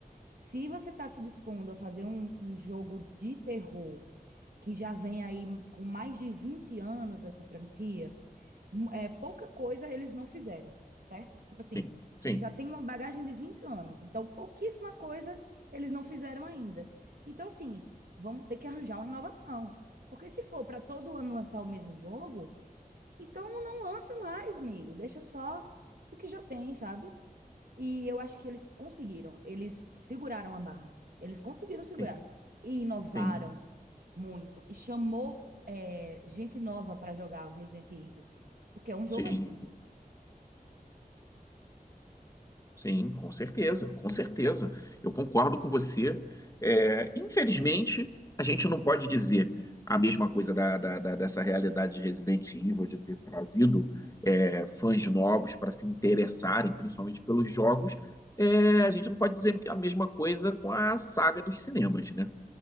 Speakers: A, on the right (about 70°); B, on the left (about 20°).
A: Se você está se dispondo a fazer um, um jogo de terror que já vem aí com mais de 20 anos essa franquia, mu- é, pouca coisa eles não fizeram, certo? Tipo assim,
B: Sim, sim.
A: eles já têm uma bagagem de 20 anos, então pouquíssima coisa eles não fizeram ainda. Então, assim, vamos ter que arranjar uma inovação. Porque se for para todo ano lançar o mesmo jogo, então não lança mais, amigo. Deixa só o que já tem, sabe? E eu acho que eles conseguiram, eles seguraram a barra, eles conseguiram segurar
B: Sim,
A: e inovaram
B: sim,
A: muito e chamou é, gente nova para jogar Resident Evil, porque é um jogo
B: sim,
A: antigo.
B: sim, com certeza, com certeza. Eu concordo com você. É, infelizmente, a gente não pode dizer a mesma coisa da, da- da- dessa realidade de Resident Evil, de ter trazido é, fãs novos para se interessarem, principalmente pelos jogos. É, a gente não pode dizer a mesma coisa com a saga dos cinemas, né?